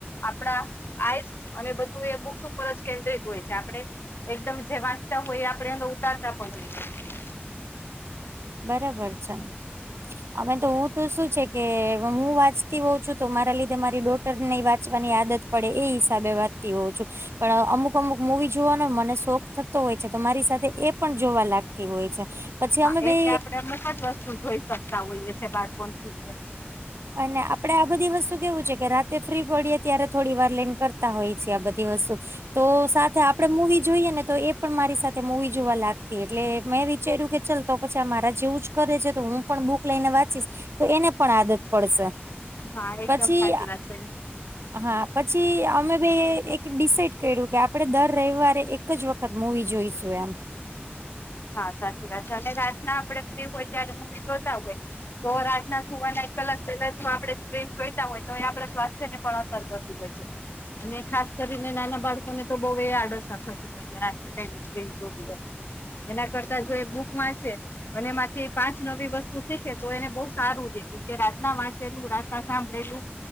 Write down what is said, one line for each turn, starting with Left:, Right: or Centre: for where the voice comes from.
Left: આપણા આઈસ અને બધું એ બુક્સ ઉપર જ કેન્દ્રિત હોય છે આપડે એકદમ જે વાંચતા હોય આપે એ ઉતારતા પણ હો
Right: બરાબર છે. હવે તો હું તો શું છે કે હું વાંચતી હોઉં છું તો મારા લીધે મારી ડો ટર ની વાંચવાની આદત પડે એ હિસાબે વાંચતી હોઉં છું પણ અમુક અમુક મુવી જોવાનો મને શોખ થતો હોય છે તો મારી સાથે એ પણ જોવા લાગતી હોય છે. પછી
Left: હા
Right: અમે બે
Left: એટલે આપડે અમુક જ વસ્તુ જોઈ શકતા હોઈએ છે બાળકોને લીધે
Right: અને આપડે આ બધી વસ્તુ કેવું છે કે રાતે ફ્રી પડીએ ત્યારે થોડી વાર લઈને કરતા હોય છીએ આ બધી વસ્તુ તો સાથે આપડે મુવી જોઈએ ને તો એ પણ મારી સાથે મુવી જોવા લાગતી એટલે મેં વિચાર્યું કે ચાલ તો પછી મારા જેવું જ કરે છે તો હું પણ બુક લઈને વાંચીશ તો એને પણ આદત પડશે
Left: હા એકદમ
Right: પછી
Left: સાચી વાત છે એ.
Right: હા પછી અમે બે એક ડિસાઇડ કર્યું કે આપડે દર રવિવારે એક એક જ વખત મુવી જોઈશું એમ.
Left: હા સાચી વાત છે અને રાતના આપડે ફ્રી હોય ત્યારે મુવી જોતા હોય તો રાતના સુવાના એક કલાક પેલા જો આપણે સ્ક્રીન જોઈતા હોય તો એ આપણે સ્વાસ્થ્ય ને પણ અસર કરતું હોય છે. અને ખાસ કરીને નાના બાળકોને તો બઉ એ આડઅસર થતી <unintelligible> સ્ક્રીન જોવી એના કરતા જો એ બુક વાંચે અને એ માંથી પાંચ નવી વસ્તુ શીખે તો એને બઉ સારું છે કેમકે રાતના વાંચેલું રા સાંભળેલું